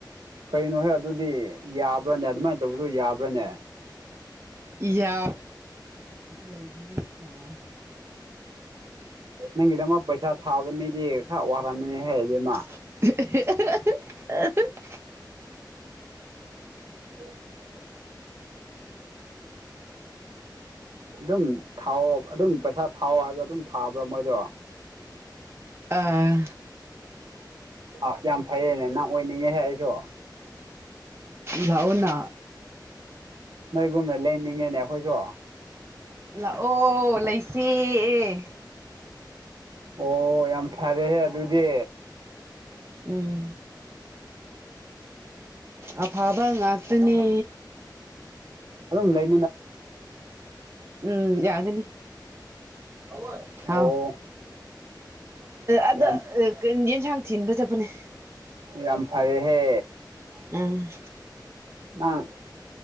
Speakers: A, on the right; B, on the right.
A: ꯀꯩꯅꯣꯍꯦ ꯑꯗꯨꯗꯤ ꯌꯥꯕ꯭ꯔꯅꯦ ꯑꯗꯨꯃꯥꯏꯅ ꯇꯧꯕꯁꯨ ꯌꯥꯕ꯭ꯔꯅꯦ꯫
B: ꯌꯥ <inaudible>
A: ꯅꯪꯒꯤꯗꯃꯛ ꯄꯩꯁꯥ ꯊꯥꯕ ꯃꯤꯗꯤ ꯈꯔ ꯋꯥꯔꯝꯃꯅꯤ ꯍꯦ ꯏꯕꯦꯝ꯫
B: <unintelligible>
A: <inaudible> ꯑꯗꯨꯝ ꯊꯥꯎ ꯑꯗꯨꯝ ꯄꯩꯁꯥ ꯊꯥꯎꯑꯣ ꯍꯥꯏꯕꯗ ꯑꯗꯨꯝ ꯊꯥꯕ꯭ꯔꯥ ꯃꯣꯏꯗꯣ꯫
B: ꯑꯥ꯫
A: ꯑꯥ ꯌꯥꯝ ꯐꯩꯌꯦꯅꯦ ꯅꯪ ꯑꯣꯏꯅꯤꯡꯉꯦꯍꯦ ꯑꯩꯁꯨ꯫
B: ꯂꯥꯛꯑꯣꯅ꯫
A: ꯅꯣꯏꯒꯨꯝꯅ ꯂꯩꯅꯤꯡꯉꯦꯅꯦ ꯑꯩꯈꯣꯏꯁꯨ꯫
B: ꯂꯥꯛꯑꯣ ꯂꯩꯁꯤꯏ꯫
A: ꯑꯣ ꯌꯥꯝ ꯐꯔꯦꯍꯦ ꯑꯗꯨꯗꯤ꯫
B: ꯎꯝ꯫ ꯑꯐꯕ ꯉꯥꯛꯇꯅꯤ꯫
A: ꯑꯗꯨ ꯂꯩꯏ
B: ꯎꯝ ꯌꯥꯒꯅꯤ꯫ ꯑꯋꯨꯟ ꯍꯥꯎ
A: ꯑꯣ
B: ꯑꯗ꯫
A: ꯌꯥꯝ
B: ꯌꯦꯟꯁꯥꯡ ꯊꯤꯟꯕ ꯆꯠꯄꯅꯦ꯫
A: ꯌꯥꯝ ꯌꯥꯝꯝ ꯐꯔꯦꯍꯦ꯫
B: ꯎꯝ꯫
A: ꯅꯪ